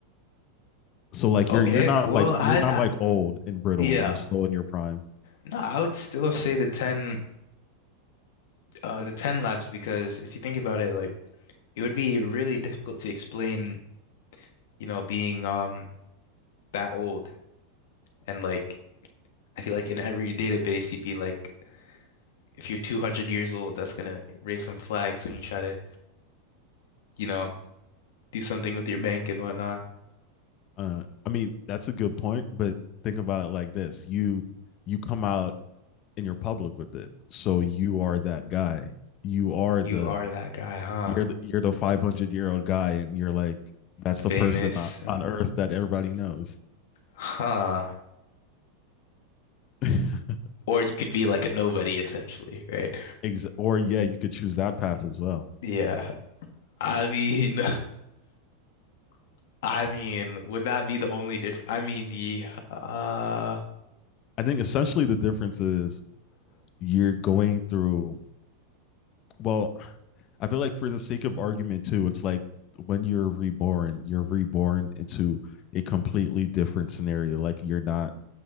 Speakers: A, on the left; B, on the left.
A: So like
B: Okay.
A: you're you're not
B: Well,
A: like
B: I'd,
A: you're not
B: I,
A: like old and brittle.
B: yeah.
A: You're still in your prime.
B: No, I would still say the 10, uh, the 10 lives because if you think about it, like, it would be really difficult to explain you know, being um that old and like I feel like in every database you'd be like if you're 200 years old, that's gonna raise some flags when you try to, you know, do something with your bank and whatnot.
A: Uh, I mean, that's a good point, but think about it like this. You you come out and you're public with it. So you are that guy. You are
B: You
A: the
B: are that guy, huh?
A: you're the you're the 500 year old guy and you're like that's
B: Famous,
A: the person on,
B: uh,
A: on earth that everybody knows.
B: huh?
A: <laughs>
B: Or you could be like a nobody essentially, right?
A: Ex- or yeah, you could choose that path as well.
B: Yeah. I mean, <laughs> I mean, would that be the only difference? I mean, the uh,
A: I think essentially the difference is you're going through well, I feel like for the sake of argument too, it's like when you're reborn, you're reborn into a completely different scenario. Like you're not